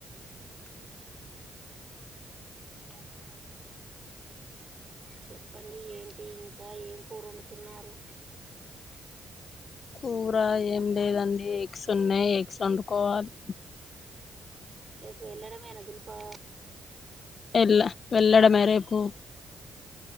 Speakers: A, on the right; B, on the left.
A: చెప్పండి ఏంటి ఇంకా ఏం కూర వండుతున్నారు
B: కూర ఏం లేదండి ఎగ్స్ ఉన్నాయి ఎగ్స్ వండుకోవాలి
A: రేపు ఎళ్ళడమేన దులపా
B: ఎళ్ల వెళ్లడమే రేపు